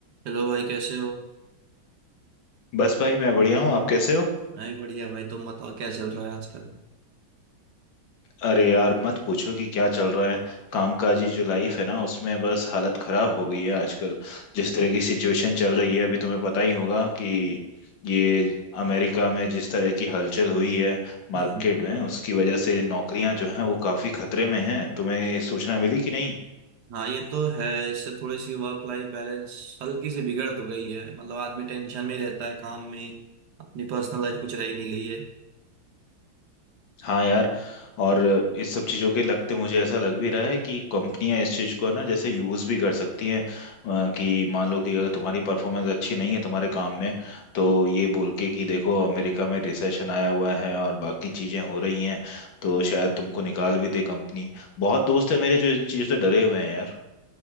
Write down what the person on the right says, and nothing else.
Hello भाई कैसे हो
नहीं बढ़िया भाई तुम बताओ क्या चल रहा है आजकल
हम्म,
हाँ ये तो है इससे थोड़ी सी वर्क लाइफ बैलेंस हल्की सी बिगड़ तो गई है मतलब आदमी टेंशन में ही रहता है काम में ही, अपनी पर्सनल लाइफ कुछ रह ही नहीं गई है